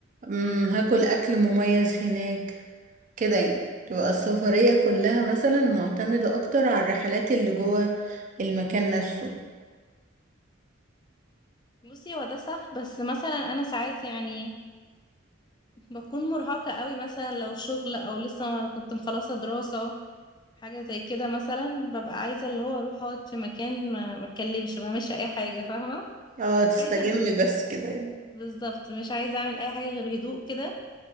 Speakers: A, on the right (about 40°); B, on the left (about 20°).
A: مم، هاكل اكل مميز هناك كده يعني تبقى السفرية كلها مثلا معتمدة اكتر على الرحلات اللي جوه المكان نفسه
B: بصي هو ده صح بس مثلا انا ساعات يعني بكون مرهقة قوي مثلا لو شغل او لسه كنت مخلصة دراسة حاجة زي كده مثلا ببقى عايزة اللي هو اروح اقعد في مكان ما ما اتكلمش ما اعملش اي حاجة فاهمة
A: اه تستجمي
B: عايزة هدوء
A: بس كده يعني
B: بالظبط مش عايزة اعمل اي حاجة غير هدوء كده